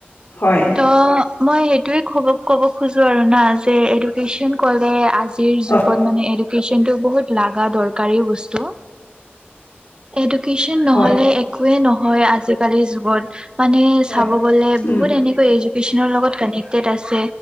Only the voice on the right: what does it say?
ত' মই সেইটোয়ে কব ক'ব খোজো আৰু না যে এডুকেশ্বন কলে আজিৰ যুগত
মানে এডুকেশ্বনটো বহুত। লাগা দৰকাৰী বস্তু, এডুকেশ্বন নহলে
একোৱে নহ হয় আজিকালি যুগত মানে
চাব গ'লে
বহুত এনেকৈ এডু কেশ্বন লগত কানেক্টেড আছে